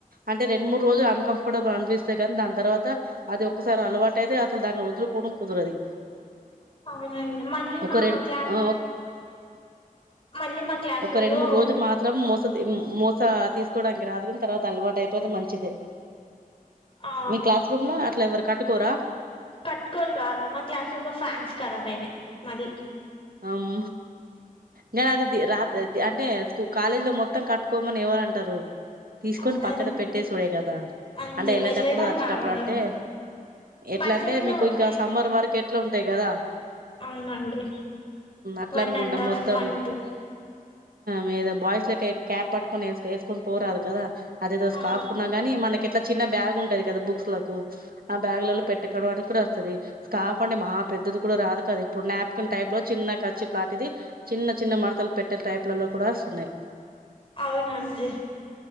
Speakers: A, on the right; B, on the left.
A: అంటే రెండు మూడ్ రోజు అన్కంఫర్టబుల్ అనిపిస్తయి కానీ దాని తర్వాత అది ఒకసారి అలవాటు అయితే అసలు దాన్ని వదులు కొ కుదరది
B: అవునండి మళ్ళీ
A: ఒక
B: మా
A: రెండు
B: క్లాస్
A: ఆ
B: మళ్ళీ మా క్లాస్
A: ఒక
B: రూమ్
A: రెండు
B: లో
A: మూడు రోజులు మాత్రం మోస మోసా తీస్కోవడానికి రాదు కాని తర్వాత అలవాటు అయిపోతే మంచిదే
B: ఆ
A: మీ క్లాస్ రూమ్ లో అట్లా ఎవరు కట్టుకోరా
B: కట్టుకోరు కాదు మా క్లాస్ రూమ్ లో ఫ్యాన్స్ కరాబ్ అయినాయ్ మళ్ళీ
A: అమ్ గాన అదిది రాతెది అట్ అంటే స్కూ కాలేజ్ లో మొత్తం కట్టుకోమని ఎవరు అంటారు తీస్కొని
B: అనరు
A: పక్కన పెట్టే సుడే కదా
B: అంతే
A: అంటే ఎళ్ళేటప్పుడు
B: వెళ్ళడం
A: వచ్చేటప్పుడు
B: రావడం
A: అంటే ఎట్లా
B: బస్సెస్
A: అంటే
B: లో
A: మీకు
B: ఉన్నాయి
A: ఇంకా సమ్మర్ వరకు ఎట్లా ఉంటాయ్ కదా
B: అవునండి
A: అట్లా
B: వన్
A: అనుకుంటాం
B: అండ్ హాఫ్
A: మొత్తం
B: మంత్
A: మీద బాయ్స్ లెక్క క్యాప్ పట్టుకోని వ వేసుకొని పోరాదు కదా అదేదో స్కాఫ్
B: ఆహా
A: ఉన్నా గాని మనకి ఎట్లా చిన్న బ్యాగ్ ఉంటది కదా బుక్స్ లకు ఆ బ్యాగు్లలో పెట్టుకోవడం అని కూడా వస్తుంది స్కాఫ్ అంటే మా పెద్దది కూడా రాదు కదా ఇప్పుడు నాప్కిన్ టైప్ లో చిన్న ఖర్చిప్లాంటిది చిన్న చిన్న మడతలు పెట్టే టైప్లలో కూడా వస్తున్నాయి
B: అవునండి